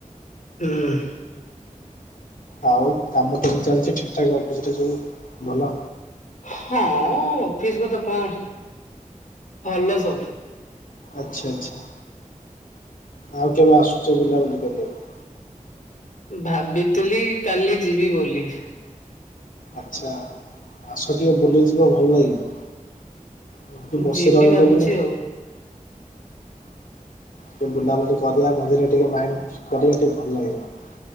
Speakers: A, on the left; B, on the left.
A: ହୁଁ।
B: ଆଉ କାମ କେମିତି ଚାଲିଚି ଠିକ୍ ଠାକି ଅଫିସ୍ ରେ ସବୁ ଭଲ?
A: ହଁ ଅଫିସ କଥା କଣ ଭଲ ସବୁ।
B: ଆଚ୍ଛା ଆଚ୍ଛା। ଆଉ କେବେ ଆସୁଚ ବୁଲାବୁଲି କରିବାକୁ?
A: ଭାବିଥିଲି କାଲି ଯିବି ବୋଲି।
B: ଆଚ୍ଛା। ଆସ ଟିକେ ବୁଲିଯିବ ଭଲ ଲାଗିବ। ଏମିତି ବସି
A: ଯିବି
B: ରହିଲେ
A: ଭାବୁଚି
B: ବି ହଁ
A: ଆଉ।
B: ଟିକେ ବୁଲାବୁଲି କରିବା ମଝିରେ ଟିକେ ମାଇଣ୍ଡ କରିବା ଟିକେ ଭଲ ଲାଗିବ।